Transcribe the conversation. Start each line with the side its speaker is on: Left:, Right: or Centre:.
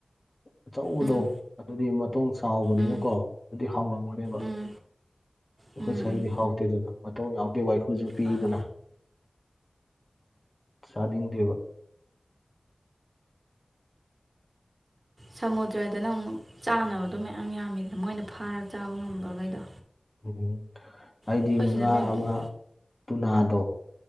Left: ꯑꯆꯧꯕꯗꯣ
Right: ꯎꯝ
Left: ꯑꯗꯨꯗꯤ ꯃꯇꯨꯡ ꯆꯥꯎꯕꯅꯤꯅꯀꯣ
Right: ꯎꯝ
Left: ꯑꯗꯨꯗꯤ ꯍꯥꯎꯔꯝꯒꯅꯦꯕ
Right: ꯎꯝ ꯎꯝ
Left: ꯑꯩꯈꯣꯏ ꯁ꯭ꯋꯥꯥꯏꯒꯤꯗꯤ ꯍꯥꯎꯇꯦꯗꯅ ꯃꯇꯧ ꯌꯥꯎꯗꯦ ꯋꯥꯏꯈꯨꯜꯁꯨ ꯄꯤꯗꯅ
Right: ꯎꯝ ꯑ,
Left: ꯆꯥꯅꯤꯡꯗꯦꯕ
Right: ꯁꯃꯨꯗ꯭ꯔꯗꯅ ꯑꯃꯨꯛ ꯆꯥꯅꯕꯗꯣ ꯃꯌꯥꯝ ꯌꯥꯝꯃꯤꯗꯅ ꯃꯣꯏꯅ ꯐꯥꯔꯒ ꯆꯥꯕ ꯉꯝꯕꯈꯩꯗꯣ
Left: ꯎꯝ ꯑꯩꯗꯤ
Right: ꯑꯩꯈꯣꯏ ꯁꯤꯗ
Left: ꯉꯥ
Right: ꯂꯩꯕꯗꯨꯗꯤ
Left: ꯑꯃ ꯇꯨꯅꯥꯗꯣ